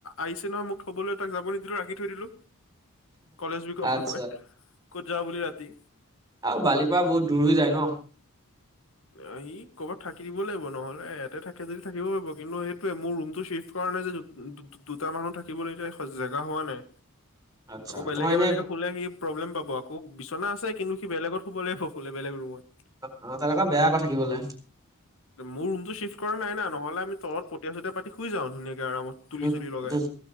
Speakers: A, on the left; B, on the right.
A: আহিছে নহয় মোক থ'বলৈ তাক যাব নিদিলো ৰাখি থৈ দিলো। কলেজ উক
B: আচ্ছা
A: সময় ক'ত যা বুলি ৰাতি।
B: আৰু বালিৰপা বহুত দূৰ হৈ যায় ন।
A: আহি কৰ'ৰবাত থাকি দিব লাগিব নহ'লে ইয়াতে থাকে যদি থাকিব পাৰিব কিন্তু সেইটোয়ে মোৰ ৰুমটো চিফ কাৰণে যে দুটা মানুহ থাকিবলৈ এতিয়া জেগা হোৱা নাই।
B: আচ্ছা
A: আকৌ বেলেগে
B: তোমাৰ এনে
A: বেলেগে শুলে সি প্ৰব্লেম পাব আকৌ বিচনা আছে কিন্তু সি বেলেগত শুব লাগিব শুলে বেলেগ ৰুমত
B: অ', তেনেকুৱা বেয়া কৈ থাকিবলৈ।
A: মোৰ ৰুমটো চিফট কৰা নাই নহলে আমি তলত পঠীয়া চটীয়া পাতি শুই যাও ধুনীয়াকে আৰামত। তুলি
B: উম,
A: চুলি লগাই
B: উম, উম,